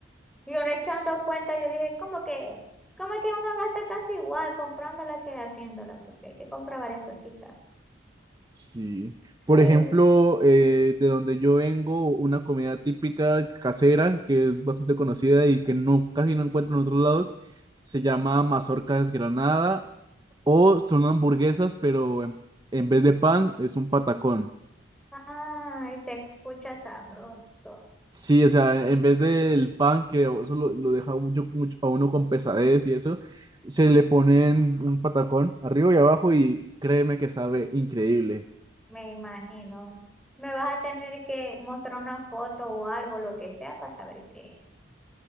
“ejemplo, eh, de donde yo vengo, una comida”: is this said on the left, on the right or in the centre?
Right